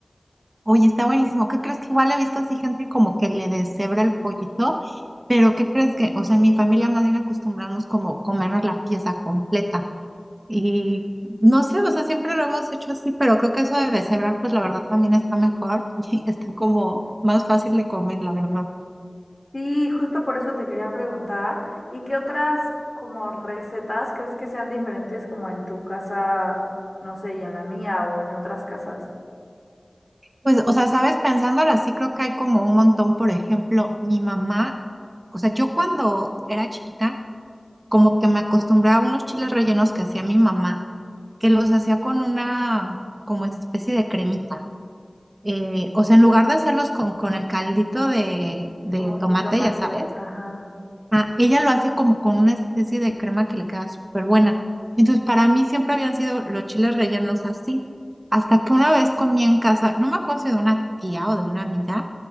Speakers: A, on the right; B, on the left.
A: Oye, está buenísimo. ¿Qué crees que igual he visto así gente como que le deshebra el pollito? Pero ¿qué crees que? O sea, en mi familia más bien acostumbramos como comernos la pieza completa. Y no sé, o sea, siempre lo hemos hecho así, pero creo que eso de deshebrar, pues la verdad también está mejor <laughs> y está como más fácil de comer, la verdad.
B: Sí, justo por eso te quería preguntar, ¿y qué otras como recetas crees que sean diferentes como en tu casa, no sé, y en la mía o en otras casas?
A: Pues, o sea, sabes, pensándolo así, creo que hay como un montón, por ejemplo, mi mamá, o sea, yo cuando era chiquita, como que me acostumbraba a unos chiles rellenos que hacía mi mamá, que los hacía con una como especie de cremita. Eh, o sea, en lugar de hacerlos con, con el caldito de, de
B: Como jitomate,
A: tomate, ya sabes,
B: ajá.
A: ah, ella lo hace como con una especie de crema que le queda súper buena. Entonces, para mí siempre habían sido los chiles rellenos así, hasta que una vez comí en casa, no me acuerdo si de una tía o de una amiga